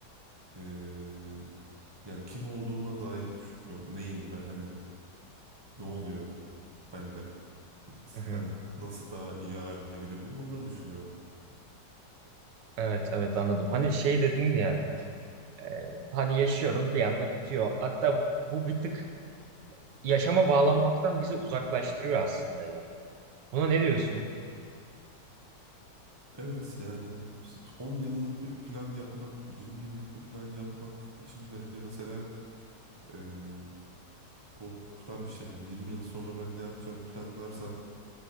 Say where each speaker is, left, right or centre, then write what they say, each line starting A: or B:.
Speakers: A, on the right; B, on the right.
A: Eee, yani kim olduğuma dair düşünüyorum. Neyim ben? Hani ne oluyor bende?
B: Hı hı.
A: Hani nasıl daha iyi hale gelebilirim? Onları düşünüyorum.
B: Evet evet anladım. Hani şey dedin ya e, hani yaşıyorum bir anda bitiyor. Hatta bu bir tık yaşama bağlanmaktan bizi uzaklaştırıyor aslında ya. Buna ne diyorsun?
A: Evet yani işte 10 yıllık bir plan yapmak, 20 yıllık bir plan yapmak için beni mesela eee, korkutan bir şey. Yani 20 yıl sonra ben ne yapacağımı planlarsam